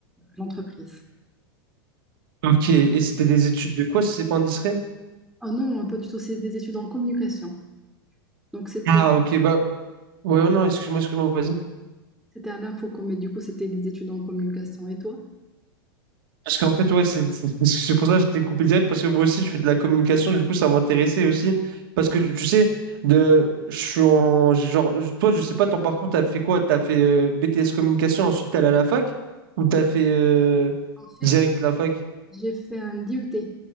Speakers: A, in the centre; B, on the right.
A: l'entreprise.
B: Ok, et c'était des études de quoi, si c'est pas indiscret?
A: Ah non, hein, pas du tout, c'est des études en communication. Donc, c'était
B: Ah, ok, bah, ouais, non, excuse-moi, excuse-moi, vas-y.
A: c'était à l'infocom, mais du coup, c'était des études en communication. Et toi?
B: Parce qu'en fait, ouais, c'est c'est- c'est pour ça que je t'ai coupé direct, parce que moi aussi, je fais de la communication, du coup, ça m'intéressait aussi. Parce que tu sais, de, je suis en. j'ai Genre, je- toi, je sais pas, ton parcours, t'as fait quoi? T'as fait euh, BTS communication, ensuite t'es allé à la fac, ou t'as fait euh,
A: En fait,
B: direct la fac?
A: j'ai fait un DUT.